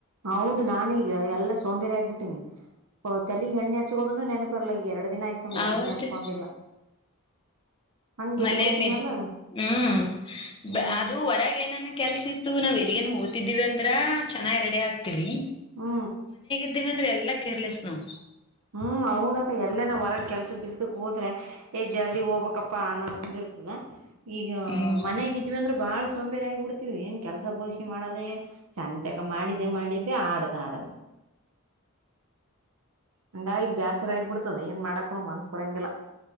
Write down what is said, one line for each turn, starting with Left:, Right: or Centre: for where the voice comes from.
Right: ಹೌದು ನಾನೀಗ ಎಲ್ಲಾ ಸೋಂಬೇರಿ ಆಗ್ಬಿಟ್ಟೀನಿ ತಲಿ ಎಣ್ಣೆ ಹಚ್ಕೋದನ್ನು ನೆನಪಿರ್ಲ್ಲ ಈ ಎರಡು ದಿನ ಆಯ್ತುು
Left: ಹೌದು
Right: ಎಣ್ಣಿನೆ ಹಚ್ಕೊಂಡಿಲ್ಲ ಹಂಗ್ ಬಿಟ್ಟ
Left: ಮನೇಲ್ಲೇ
Right: ಬಿಡ್ತೀನಲ್ಲ
Left: ಹ್ಮ್
Right: ಹ್ಮ್
Left: ಅದು ಹೊರಗೆ ಏನನ್ನ ಕೆಲ್ಸಿ ಇತ್ತು ನಾವ್ ಎಲ್ಲಿಗನ್ ಹೋಗ್ ತಿದ್ದಿವವಿ ಅಂದ್ರ ಚೆನ್ನಾಗಿ ರೆಡಿ ಆಕ್ತಿವಿ
Right: ಹ್ಮ
Left: ಇದ್ದೀವಿ ಅಂದ್ರೆ ಎಲ್ಲಾ ಕೇರ್ಲೆಸ್ ನಾವು
Right: ಹ್ಮ್ ಹೌದಕ್ಕ ಎಲ್ಲನ ಹೊರ ಕೆಲ್ಸ ಗಿಲ್ಸಕ್ ಹೋದ್ರೆ ಏ ಜಲ್ದಿ ಹೋಗ್ಬಪ್ಪಾ ಅನ್ನೋದೊಂದ್ ಇರ್ತದ <unintelligible> ಈಗ
Left: ಹ್ಮ್
Right: ಮನೆಗಿದ್ವಿ ಅಂದ್ರೆ ಬಾಳ ಸೋಂಬೇರಿ ಆಗಿಬಿಡ್ತೀವಿ ಏನ್ ಕೆಲಸ ಬಗಸಿ ಮಾಡದೆ ಶಂತಕ <unintelligible> ಮಾಡಿದ್ದೆ ಮಾಡಿದ್ದೆ ಆಡ್ದ ಆಡದು ಅಂಗಾಗಿ ಬೇಸರ ಆಗ್ ಬಿಡ್ತದ ಏನ್ ಮಾಡಕೂ ಮನಸಬರಲ್ಲ